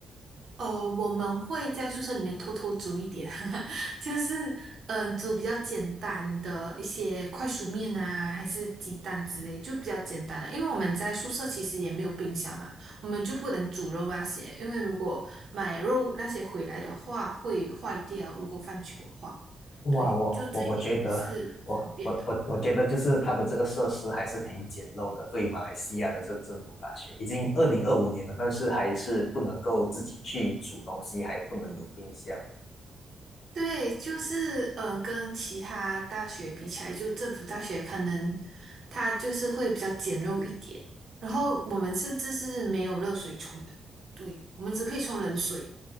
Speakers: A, on the right; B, on the left.
A: 呃，我们会在宿舍里面偷偷煮一点，<laughs> 就是嗯、呃煮比较简单的一些快熟面啊，还是鸡蛋之类，就比较简单了。因为我们在宿舍其实也没有冰箱嘛，我们就不能煮肉那些，因为如果买肉那些回来的话会坏掉，如果放久的话，
B: 哇，
A: 对，
B: 我我我觉得，
A: 就这一点是方便的。
B: 我我我我觉得就是它的这个设施还是挺简陋的，对于马来西亚的这政府大学，已经二零二五年了，但是还是不能够自己去煮东西，还不能有冰箱。
A: 对，就是嗯、呃跟其他大学比起来，就政府大学可能它就是会比较简陋一点。然后我们甚至是没有热水冲的，对，我们只可以冲冷水，